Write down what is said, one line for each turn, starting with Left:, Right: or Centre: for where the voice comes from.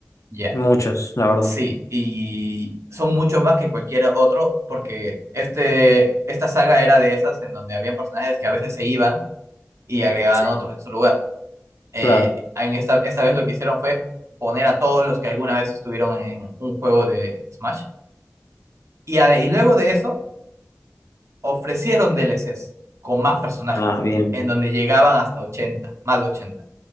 Right: Ya,
Left: Muchos, la verdad.
Right: sí, y son muchos más que cualquier otro, porque este, esta saga era de esas en donde habían personajes que a veces se iban y agregaban
Left: sí,
Right: otros en su lugar. eh,
Left: claro.
Right: en esta, esta vez lo que hicieron fue poner a todos los que alguna vez estuvieron en un juego de Smash. Y, a- y luego de eso, ofrecieron DLCs con más personajes,
Left: Ah, bien.
Right: en en donde llegaban hasta 80, más de 80.